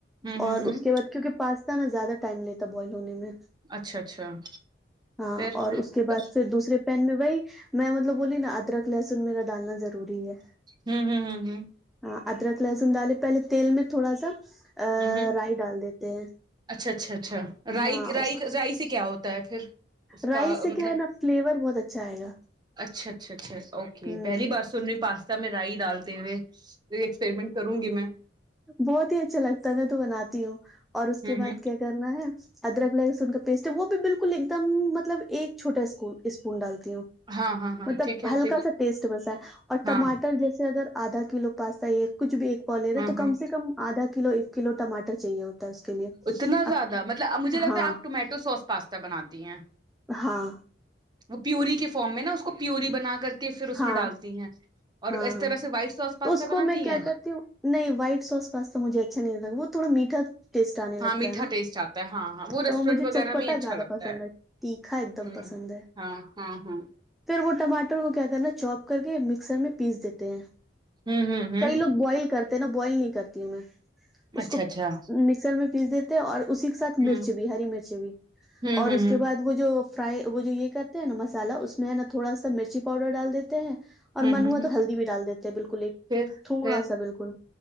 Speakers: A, on the right; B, in the centre.
A: ہوں
B: اور
A: ہوں ہوں
B: اس کے بعد کیونکہ پاستا نا زیادہ ٹائم لیتا بوائل ہونے میں
A: اچھا اچھا
B: ہاں
A: پھر
B: اور اس کے
A: تو-
B: بعد پھر دوسے پین میں وہی میں مطلب بولی نا ادرک لہسن میرا ڈالنا ضروری ہے
A: ہوں ہوں ہوں ہوں
B: ہاں ادرک لہسن ڈالے پہلے تیل میں تھوڑا سا ا
A: ہوں ہوں
B: رائی ڈال دیتے ہیں
A: اچھا اچھا اچھا رائی
B: ہاں
A: رائی رائی سے کیا ہوتا ہے پھر اس
B: رائس
A: کا
B: سے
A: مطلب
B: کیا ہے نا فلیور بہت اچھا آئے گا
A: اچھا اچھا اچھا اوکے
B: ہ
A: پہلی بار سن رہی پاس س میں رائی ڈالتے ہوئے ایکسپریمنٹ کروں گی میں
B: بہت ہی اچھا لگتا ہے تو بناتی ہوں اور اس کے
A: ہوں
B: بعد
A: ہوں
B: کیا کرنا ہے ادرک لہسن کا پیسٹ ہے وہ بھی بالکل ایک دم مطلب ایک چھوٹا اسک اسپون ڈالتی ہوں
A: ہاں ہاں ہاں
B: مطلب
A: ٹھیک ہے
B: ہلکا
A: ٹھیک
B: سا ٹیسٹ بسا ہے اور ٹماٹر
A: ہاں
B: جیسے اگر آدھا کلو پاستا ایک کچھ بھی ایک پاؤ لے رہے
A: ہاں
B: تو
A: ہاں
B: کم سے کم آدھا کلو ایک کلو ٹماٹر چاہیے ہوتا تا اس کے لیے
A: اتنا زیادہ
B: اب
A: مطلب مجھے لگتا
B: ہاں
A: ہے آپ ٹومیٹو سوس پاستا بناتی ہیں
B: ہاں
A: وہ پیوری کے فارم میں نا اس کو پیوری بنا کر پھر اس
B: ہاں
A: میں ڈالتی
B: ہاں
A: ہیں اور
B: ہاں
A: اس طرح سے وائٹ سوس پاستا
B: تو اس کو
A: بناتی
B: میں کیا
A: ہیں
B: کرتی ہوں نہیں وائٹ سوس پاستا مجھے اچھا نہیں لگا وہ تھوڈا میٹھا ٹیسٹ آنے
A: ہاں
B: لگتا
A: میٹھا
B: ہے نا
A: ٹیسٹ آتا ہے ہاں ہاں وہ ریسٹورینٹ
B: تو مجھے
A: وغیرہ
B: چٹپٹا
A: میں ہی اچھا
B: زیادہ
A: لگتا
B: پسند ہے تیکھا ایک دم
A: ہوں
B: پسند ہے
A: ہاں ہاں ہاں
B: پھر وہ ٹماٹر کو کیا کرنا چوپ کر کے مکسر میں پیس دیتے ہیں
A: ہوں ہوں ہوں
B: کئی لوگ بوائل کرتے ہیں نا بوائل نہیں کرتی ہوں میں اس
A: اچھا
B: کو
A: اچھا
B: مکسر میں پیس دیتے اور اسی کے ساتھ
A: ہوں
B: مرچ بھی ہری مرچ بھی
A: ہوں
B: اور
A: ہوں
B: اس کے
A: ہوں
B: بعد وہ جو فرائی وہ جو یہ کرتے ہیں ہے نا مسالا اس میں ہے نا تھوڑا سا مرچی پاؤڈر ڈال دیتے ہیں اور
A: ہوں
B: منوا
A: ہوں ہوں
B: تو ہلدی بھی ڈال دیتے ہیں بالکل ایک
A: پھر
B: تھوڑا
A: پھر
B: سا بالکل